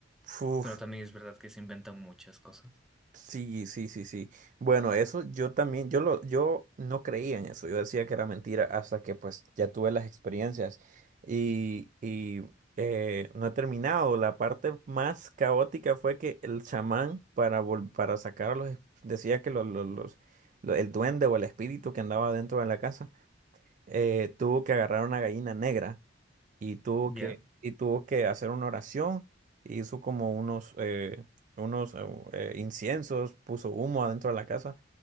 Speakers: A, on the right; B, in the centre.
A: Uf,
B: pero también es verdad que se inventan muchas cosas.
A: Sí, sí, sí, sí. Bueno, eso yo también, yo lo, yo no creía en eso. Yo decía que era mentira hasta que pues ya tuve las experiencias y, y eh, no he terminado. La parte más caótica fue que el chamán para vol- para sacarlos decía que los, los, los- lo- el duende o el espíritu que andaba dentro de la casa eh, tuvo que agarrar una gallina negra y tuvo
B: Ya.
A: que, y tuvo que hacer una oración, e hizo como unos, eh, unos eh, eh, inciensos, puso humo adentro de la casa